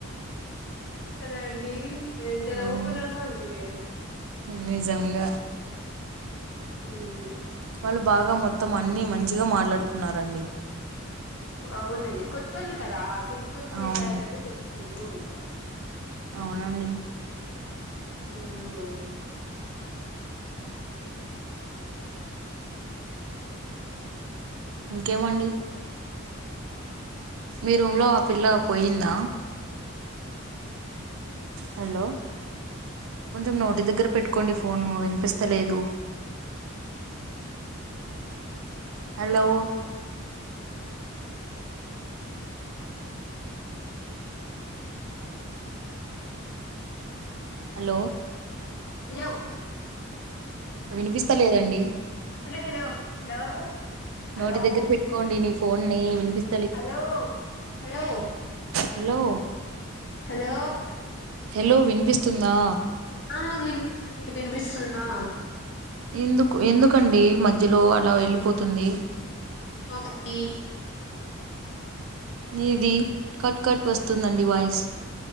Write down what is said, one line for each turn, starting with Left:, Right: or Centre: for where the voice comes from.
Left: కదా అండి నేను ఎంత
Right: అవును
Left: నవ్వుకున్నానో ఆండీ నెనైతే
Right: నిజంగా
Left: అవున
Right: వాళ్ళు బాగా మొత్తం అన్ని మంచిగా మాట్లాడుకున్నారండి
Left: అవునండి కొత్తోళ్ళు కదా కొత్త కొత్త
Right: అవును
Left: విషయాలన్నీ తెలుసుకుంటూ ఉంటారు
Right: అవునండి
Left: ఉమ్
Right: ఇంకేమండి మీ రూమ్లో ఆ పిల్ల పోయిందా హలో కొంచెం నోటి దగ్గర పెట్టుకోండి ఫోను వినిపిస్తలేదు హలో హలో
Left: హలో
Right: వినిపిస్తలేదండి
Left: హలో హలో హలో హలో
Right: నోటి దగ్గర పెట్టుకోండి ని ఫోన్ని వినిపిస్
Left: hello hello
Right: hello
Left: hello
Right: hello వినిపిస్తుందా
Left: ఆ నాకు వినిపిస్తుంది నీకు వినిపిస్తుందా
Right: ఎందుకు ఎందుకండి మధ్యలో అలా వెళ్ళిపోతుంది
Left: అప్డి
Right: నీది కట్ కట్ వస్తుందండి వాయిస్